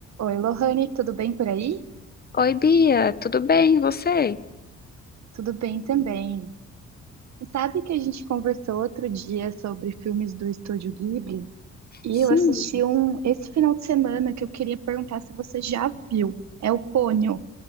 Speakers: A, on the right; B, on the left.
A: Oi, Lohane, tudo bem por aí?
B: Oi, Bia, tudo bem? E você?
A: Tudo bem também. Você Sabe que a gente conversou outro dia sobre filmes do Estúdio Ghibli? E
B: Sim.
A: eu assisti um esse final de semana que eu queria perguntar se você já viu. É o Ponyo.